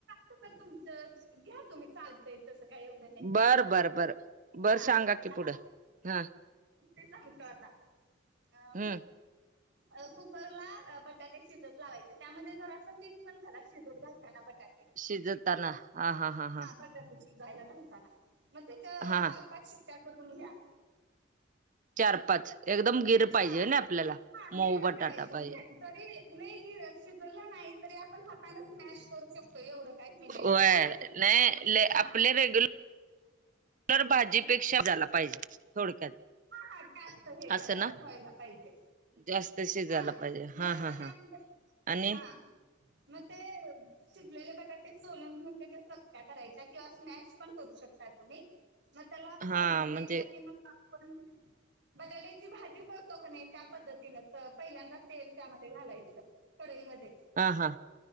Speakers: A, on the right (about 60°); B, on the right (about 40°).
A: तुमचंच घ्या तुम्ही चालतय तसं काही एवढं नाहीये
B: बरं बरं बरं बरं
A: हा
B: सांगा की
A: आता
B: पुढं हा
A: ते सांगतो आता अ
B: हम्म
A: अ कुकरला बटाटे शिजत लावायचे त्यामध्ये जरा असं मिठ पण घाला शिजत घालताना बटाटे
B: शिजताना हा हा हा हा
A: शिजायला घालताना मग त्याच्या
B: हा
A: चार पाच शिक््ट्या करून घ्या
B: चार पाच एकदम गिर पाहिजे
A: हा
B: ना आपल्याला
A: हा गिर
B: मऊ बटाटा
A: करायचं
B: पाहिजे
A: म्हणजे जरी नाही गिर शिजलं नाही तरी आपण हाताानच मॅश करू शकतो एवढं काही मी नाही
B: होय
A: थोडा
B: नाही आपले
A: हा
B: रेगुल तर भाजीपेक्षा झाला पाहिजे थोडक्यात
A: हा हा जास्त हे
B: असं
A: करायला
B: ना
A: व्हायला पाहिजे
B: जास्त शिजायला
A: हा
B: पाहिजे
A: मग
B: हा
A: आता
B: हा
A: त्यामध्ये
B: हा आणि
A: हा मग ते शिजलेले बटाटे सोलून घेऊन त्याच्या चक््या करायच्या किंवा स्मॅश पण करू शकता तुम्ही मग त्याला फोडणी
B: हा
A: त्यायसाठी
B: म्हणजे
A: मग आपण बटाट्याची भाजी करतो का नाही त्या पद्धतीनच पहिल्यांदा असेल त्यामध्ये घालायचं कढईमध्ये
B: ह हां